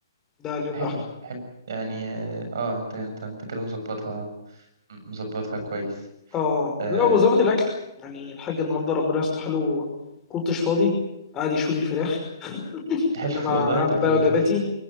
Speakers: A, on the left; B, on the right.
A: ده اليوم
B: حلو
A: لوحده
B: حلو يعني اه اه، انت انت انت كده مظبطها مظبطها كويس
A: اه
B: آه
A: لا وظبط الاكل يعني الحاج النهارده ربنا يصلح له كنتش فاضي قاعد يشوي لي الفراخ
B: حلو
A: انما
B: <laughs> والله
A: هعمل
B: طب
A: بقى
B: ايه ده
A: وجباتي